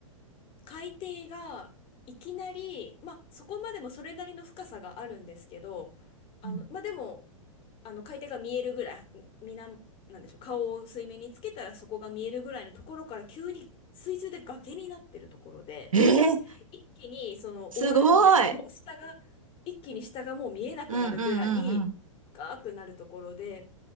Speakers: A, on the left; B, on the right.
A: 海底がいきなり、まあ、そこまでもそれなりの深さがあるんですけど、あの、
B: うん。
A: まあ、でも、あの海底が見えるぐらい、みな、なんでしょう、顔を水面につけたらそこが見えるぐらいのところから急に水中で崖になってるところで、
B: えー、
A: 一気にその終わるんですよ。
B: すごい。
A: もう下が、一気に下がもう見えなくなるぐらい深くなるところで、
B: うんうんうんうん。